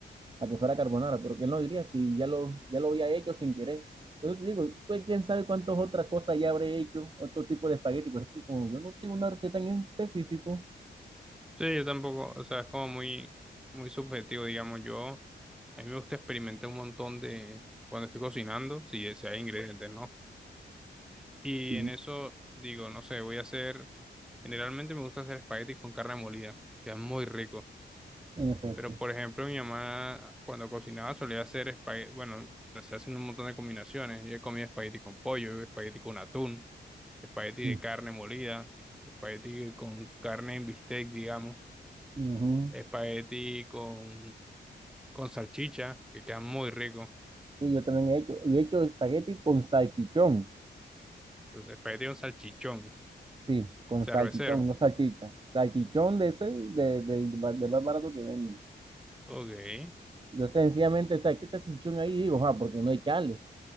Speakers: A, on the right; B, in the centre.
A: para que fuera carbonara, pero quién lo diría si ya lo, ya lo había hecho sin querer. Por eso te digo, pues quién sabe cuántas otras cosas ya habré hecho, otro tipo de espagueti, pero es que como yo no tengo una receta en específico,
B: Sí, yo tampoco, o sea, es como muy, muy subjetivo, digamos. Yo, a mí me gusta experimentar un montón de, cuando estoy cocinando, si, si hay ingredientes, ¿no? Y
A: Sí,
B: en eso digo, no sé, voy a hacer. Generalmente me gusta hacer espaguetis con carne molida, queda muy rico.
A: en efecto.
B: Pero por ejemplo, mi mamá cuando cocinaba solía hacer espagueti, bueno, se hacen un montón de combinaciones. Yo he comido espagueti con pollo, espagueti con atún, espagueti
A: Mm.
B: de carne molida, espagueti con carne en bistec, digamos,
A: Ujú.
B: espagueti con, con salchicha, que queda muy rico.
A: Sí, yo también he hecho. Yo he hecho espagueti con salchichón.
B: Entonces, espagueti con salchichón,
A: Sí, con
B: cervecero.
A: salchichón, no salchicha. Salchichón de ese, de, del ba- del más barato que venden.
B: Ok.
A: Yo sencillamente, o sea, quita esa sección ahí y digo, ah, porque no hay chale.